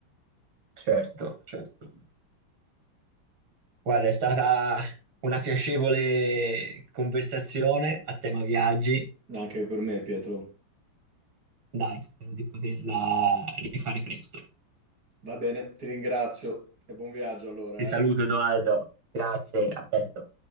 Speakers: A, on the right; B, on the right.
A: Certo, certo. Guarda, è stata una piacevole conversazione a tema viaggi.
B: Anche per me, Pietro.
A: Dai, spero di poterla rifare presto.
B: Va bene, ti ringrazio e buon viaggio allora,
A: Ti saluto,
B: eh.
A: Edoardo. Grazie, a presto.